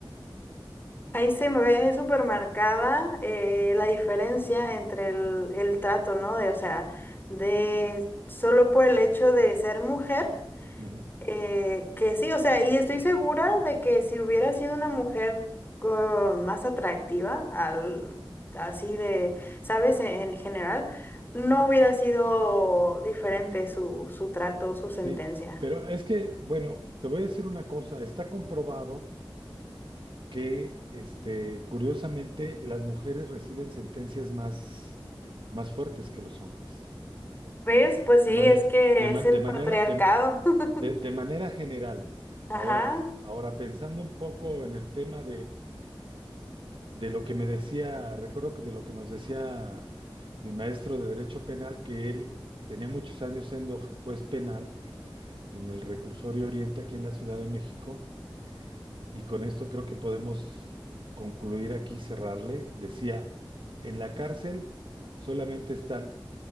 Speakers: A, on the left (about 25°); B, on the right (about 70°).
A: Ahí se me ve súper marcada eh, la diferencia entre el, el trato, ¿no? De, o sea, de solo por el hecho de ser mujer,
B: ujú,
A: eh, que sí, o sea, y estoy segura de que si hubiera sido una mujer co- más atractiva, al, así de, ¿sabes? En, en general, no hubiera sido diferente su, su trato, su sentencia.
B: sí, pero es que, bueno, te voy a decir una cosa, está comprobado que, este, curiosamente, las mujeres reciben sentencias más, más fuertes que los hombres,
A: ¿Ves? Pues
B: de
A: sí,
B: manera,
A: es que
B: de, ma-
A: es
B: de
A: el
B: manera,
A: patriarcado.
B: de,
A: <laughs>
B: de, de manera general.
A: Ajá.
B: Ahora, ahora pensando un poco en el tema de lo que me decía, recuerdo que de lo que nos decía mi maestro de Derecho Penal, que él tenía muchos años siendo juez penal en el Reclusorio Oriente aquí en la Ciudad de México, y con esto creo que podemos concluir aquí, cerrarle. Decía, en la cárcel solamente están